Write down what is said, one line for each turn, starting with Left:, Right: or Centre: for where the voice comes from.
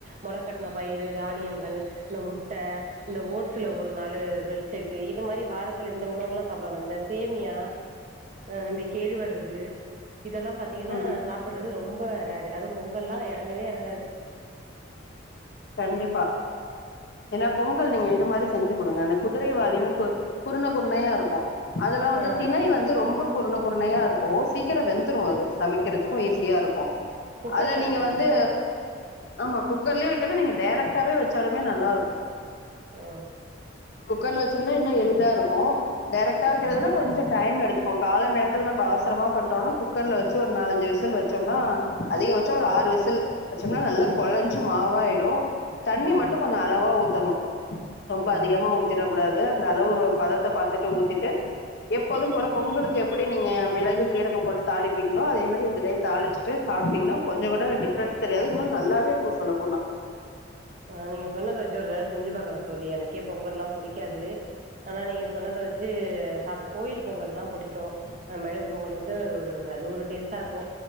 Right: மொளக்கட்ன பயிரு தானியங்கள் இந்த முட்ட இந்த ஓட்ஸ்ல ஒரு நாளு மில்க்ஷேக் இது மாரி வாரத்துல இந்த உணவுகல்லா சாப்டுவாங்க இந்த சேமியா அ இந்த கேழ்வரகு இதெல்லா பாத்தீங்கன்னா
Left: ம்
Right: சாப்றது ரொம்ப ரேரு அதும் பொங்கல்லா எறங்கவே எறங்காது
Left: கண்டிப்பா ஏனா பொங்கல் நீங்க இது மாரி செஞ்சு குடுங்க இந்த குதிரைவாளினு கு குருண குருணையாருக்கு அதெல்லா வந்து
Right: ஆ
Left: திணை வந்து ரொம்ப குருண குருணையா இருக்கு சீக்கிர வெந்துரும் அது சமைக்கறதுக்கு ஈஸியா
Right: ஆ
Left: இருக்கு
Right: குக்கர்ல
Left: அத நீங்க
Right: வச்சிருவீங்களா
Left: வந்து
Right: தோழி
Left: ஆமா குக்கர்லயு தல நீங்க டெரக்டாவே வச்சாலுமே நல்லாருக்கு
Right: ஆ
Left: குக்கர்ல வச்சிங்கன்னா இன்னு எளிதாருக்கு டெரக்டா வக்கிறதுனா கொஞ்ச டைம் எடுத்துக்கு கால நேரத்துல நம்ம அவசரமா பண்றோன்னா குக்கர்ல வச்சு ஒரு நாலஞ்சு விசில் வச் வச்சோன்னா அதிகபட்சம் ஒரு ஆறு விசல் வச்சோம்னா நல்லா குழஞ்சு மாவாய் டு தண்ணி
Right: ம்
Left: மட்டும் கொஞ்ச அளவா ஊத்தணு ரொம்ப
Right: ம்
Left: அதிகமா ஊத் திட கூடாது அந்த அளவு பதத்த பாத்துட்டு ஊத்திட்டு எப்போது போல பொங்கலு எப்டி நீங்க மிளகு சீரகம் போட்டு தாளிப்பீங்களோ அதே மாரி இதுலே தாளிச்சிட்டு சாப்டீங்ன்னா கொஞ்ச கூட டிஃப்ரென்ஸ் தெரியாது இன்னு நல்லாவே இருக்கு சொல்ல போனா
Right: ஆ நீங்க சொன்னத வச்சு ஒரு வேள செஞ்சு பாக்குறோ தோழி எனக்கே பொங்கல்லா புடிக்காது ஆனா நீங்க சொன்னத வச்சு சாப்பு கோயில் பொங்கல்லா புடிக்கு மெளகு பொங்கல் வந்து அது ஒரு அது ஒரு டேஸ்ட்டா இருக்கு